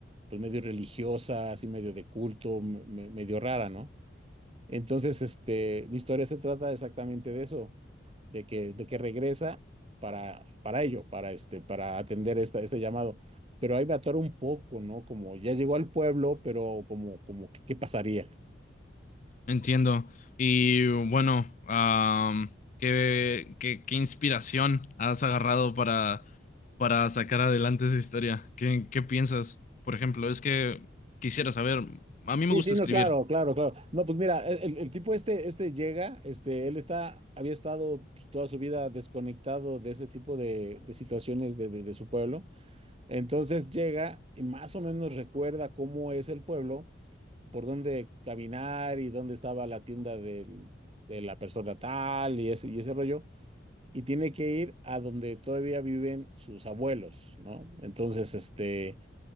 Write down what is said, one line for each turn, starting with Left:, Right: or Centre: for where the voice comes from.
Right: pues medio religiosa, así medio de culto, me- me- medio rara, ¿no? Entonces, este, mi historia se trata exactamente de eso, de que, de que regresa para, para ello, para, este, para atender esta, este llamado. Pero ahí me atoro un poco, ¿no? Como ya llegó al pueblo, pero como, como, ¿qué qué pasaría?
Left: Entiendo. Y bueno, am, ¿qué, qué, qué inspiración has agarrado para, para sacar adelante esa historia? ¿Qué, qué piensas? Por ejemplo, es que quisiera saber, a mí me
Right: Sí,
Left: gusta
Right: sí, no,
Left: escribir
Right: claro, claro, claro. No, pues mira, el, el- tipo este, este llega, este, él está, había estado pues, toda su vida desconectado de ese tipo de, de situaciones de, de, de su pueblo Entonces llega y más o menos recuerda cómo es el pueblo, por dónde caminar y dónde estaba la tienda del- de la persona tal y ese, y ese rollo. Y tiene que ir a donde todavía viven sus abuelos, ¿no? Entonces, este,